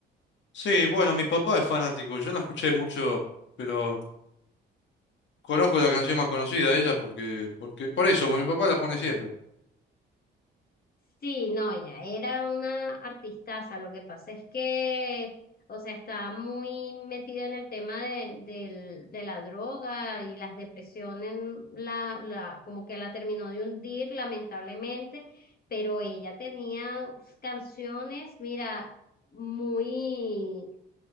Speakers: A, on the left; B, on the left.
A: Sí, bueno, mi papá es fanático. Yo no escuché mucho, pero conozco la canción más conocida de ella porque, porque, por eso, porque mi papá la pone siempre.
B: Sí, no, ella era una artistaza. Lo que pasa es que, o sea, está muy metida en el tema de, del- de la droga y las depresiones, la, la, como que la terminó de hundir, lamentablemente, pero ella tenía canciones, mira, muy,